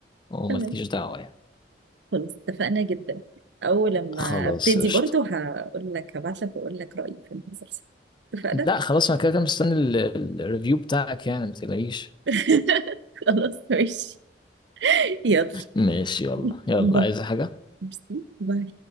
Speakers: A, on the left (about 25°); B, on the right (about 75°).
A: ومالكيش
B: تمام
A: دعوه يعني
B: خلاص اتفقنا جدا أول لما
A: خلاص
B: أبتدي
A: قشطه
B: برضو هقول لك هبعت لك وأقول لك رأيي في المسلسل اتفقنا
A: لا خلاص انا كده كده مستني ال- ال- الريفيو بتاعك يعني ما تلاقيش
B: <laughs> خلاص ماشي يلا
A: ماشي يلا
B: <laughs>
A: يلا
B: باي
A: عايز حاجة
B: ميرسي. باي